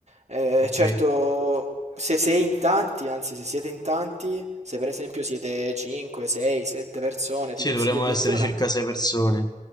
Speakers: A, on the right; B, on the left.
A: Eh,
B: Ok?
A: certo, se sei in tanti, anzi se siete in tanti, se per esempio siete 5, 6, 7 persone,
B: Sì,
A: ti consiglio
B: dovremmo
A: addirittura
B: essere
A: un
B: circa
A: app-
B: sei persone.